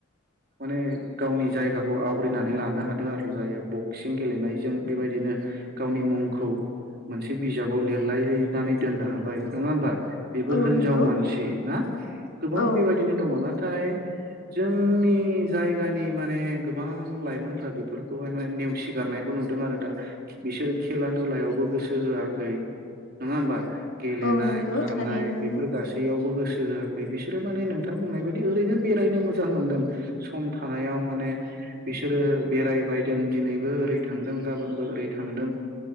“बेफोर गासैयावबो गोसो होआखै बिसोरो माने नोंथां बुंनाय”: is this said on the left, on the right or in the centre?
Right